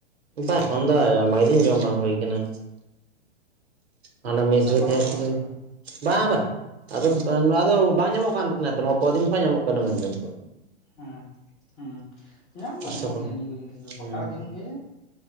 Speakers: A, on the right (about 65°); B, on the left (about 15°).
A: ᱵᱟᱝ ᱮᱠᱷᱚᱱ ᱫᱚ ᱟᱭᱢᱟ ᱫᱤᱱ ᱡᱚᱢ ᱵᱟᱝ ᱦᱩᱭ ᱟᱠᱟᱱᱟ ᱦᱟᱱᱟ ᱢᱮᱤᱥᱨᱟ
B: ᱥᱮᱢ ᱯᱟᱞᱚᱱ
A: ᱛᱟᱦᱮᱸ
B: ᱴᱟᱞᱚᱱ ᱠᱟᱫᱟ
A: <unintelligible> ᱵᱟᱝ ᱵᱟᱝ ᱟᱫᱚ ᱱᱚᱣᱟ ᱫᱚ ᱵᱟᱝ ᱧᱟᱢᱚᱜ ᱠᱟᱱ ᱛᱟᱦᱮᱱᱟ ᱛᱚ ᱠᱚᱫᱤᱱ ᱠᱷᱚᱱ ᱧᱟᱢᱚᱜ ᱠᱟᱱᱟ ᱢᱮᱱᱫᱟᱠᱚ
B: ᱦᱮᱸ ᱦᱮᱸ ᱧᱟᱢ
A: ᱦᱩᱸ
B: ᱫᱚ ᱧᱟᱢᱚᱜ ᱜᱮᱭᱟ ᱱᱤᱭᱟᱹ ᱠᱚ ᱡᱤᱱᱤᱥ ᱫᱚ ᱠᱚᱴᱟ
A: ᱦᱮᱸ
B: ᱫᱤᱱ ᱜᱮ